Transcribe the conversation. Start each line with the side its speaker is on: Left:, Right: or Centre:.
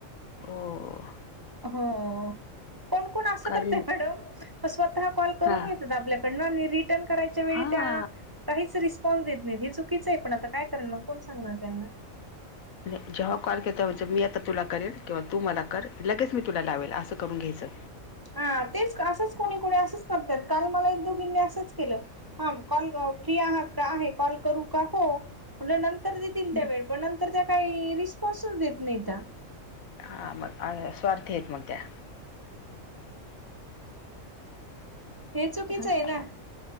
Left: हो..
Right: हो कोण, कोण अस
Left: काल
Right: करते मॅडम म स्वतः कॉल करून
Left: हा
Right: घेतात आपल्याकडन आणि रिटर्न करायच्या वेळी
Left: हा
Right: त्या काहीच रिस्पॉन्स देत नाहीत हे चुकीचं आहे पण आता काय करणार कोण सांगणार त्यांना.
Left: जेव्हा कॉल घेता म्हणजे मी आता तुला करेल किंवा तू मला कर लगेच मी तुला लावेल असं करून घ्यायचं.
Right: हा तेच असंच कोणी, कोणी असंच करतात कारण मला एक, दोघींनी असच केल. हां कॉल फ्री आहात का आहे कॉल करू का हो म्हटलं नंतर देतील त्यावेळ
Left: हम्म.
Right: पण नंतर त्या काही रिस्पॉन्सच देत नाही त्या.
Left: हा मग स्वार्थी आहेत मग त्या.
Right: हे चुकीचं
Left: <unintelligible>
Right: आहे ना